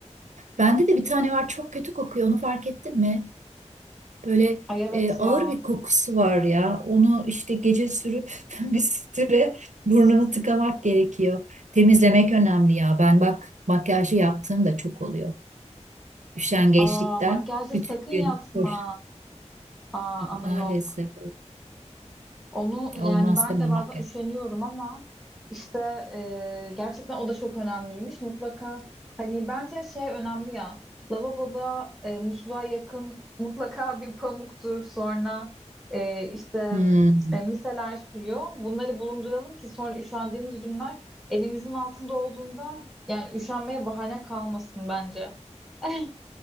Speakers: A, on the right; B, in the centre.
A: Bende de bir tane var çok kötü kokuyor onu fark ettin mi? Böyle
B: Ay evet
A: e, ağır
B: ya.
A: bir kokusu var ya. Onu işte gece sürüp <laughs> bir süre burnunu tıkamak gerekiyor. Temizlemek önemli ya. Ben bak makyajı yaptığım da çok oluyor. Üşengeçlikten
B: Aa makyajda
A: bütün
B: sakın
A: gün
B: yatma.
A: boş.
B: Aa ama
A: Maalesef
B: yok. Onu
A: olmaz
B: yani ben
A: deme
B: de
A: makyaj.
B: bazen üşeniyorum ama işte e, gerçekten o da çok önemliymiş. Mutlaka hani bence şey önemli ya lavaboda e, musluğa yakın mutlaka <laughs> bir pamuktur sonra e, işte
A: Hmm.
B: e, miseler suyu bunları bulunduralım ki sonra üşendiğimiz günler elimizin altında olduğundan yani üşenmeye bahane kalmasın bence. <laughs>